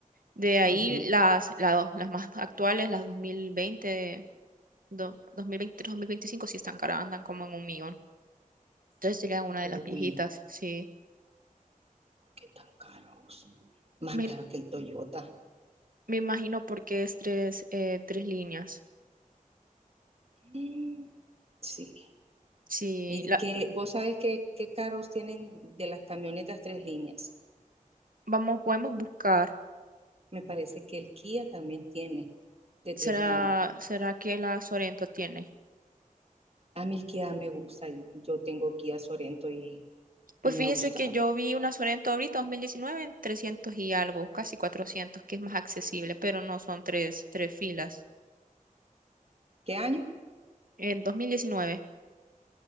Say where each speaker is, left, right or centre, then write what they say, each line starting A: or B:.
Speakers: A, on the right; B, on the right.
A: De ahí
B: Ujú.
A: las, la- las más actuales, las 2020. do- 2023, 2025 sí están caras, andan como en un millón. Entonces sería una de
B: Uy,
A: las viejitas, sí.
B: ¿por qué tan caros? Más
A: Me,
B: caro que el Toyota.
A: me imagino porque es tres, eh, tres líneas.
B: Mm, sí.
A: Sí,
B: ¿Y
A: la,
B: que vos sabés qué, qué carros tienen de las camionetas tres líneas?
A: vamos, podemos buscar.
B: Me parece que el Kia también tiene de
A: ¿Será,
B: tres líneas.
A: será que la Sorento tiene?
B: A mí el Kia me gusta. y Yo tengo Kia Sorento y,
A: Pues
B: y me
A: fíjese
B: ha gustado.
A: que yo vi una Sorento ahorita, 2019, en 300 y algo, casi 400, que es más accesible, pero no son tres, tres filas.
B: ¿Qué año?
A: En 2019,